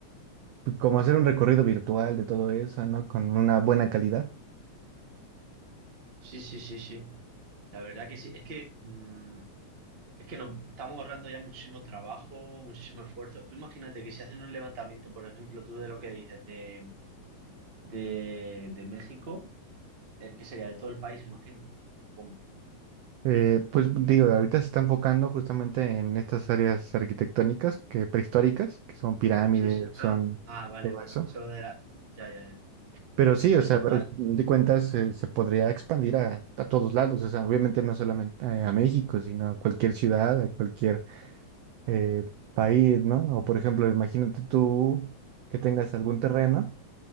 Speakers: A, on the right; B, on the right.
A: como hacer un recorrido virtual de todo eso, ¿no? Con una buena calidad.
B: Sí, sí, sí, sí. La verdad que sí. Es que, mm, es que nos estamos ahorrando ya muchísimo trabajo, muchísimo esfuerzo. Tú imagínate que si hacen un levantamiento, por ejemplo, tú de lo que dices de, de, de México, es que sería de todo el país, imagino. ¿Cómo?
A: Eh, pues digo, ahorita se está enfocando justamente en estas áreas arquitectónicas que prehistóricas, que son pirámides,
B: Sí, sí. Ah,
A: son
B: ah, vale,
A: todo
B: vale.
A: eso.
B: Solo de la. Ya, ya, ya.
A: Pero sí, o
B: Pero
A: sea,
B: tú,
A: al
B: vale.
A: fin de cuentas eh, se podría expandir a, a todos lados, o sea, obviamente no solamente eh, a México, sino a cualquier ciudad, a cualquier eh, país, ¿no? O por ejemplo, imagínate tú que tengas algún terreno.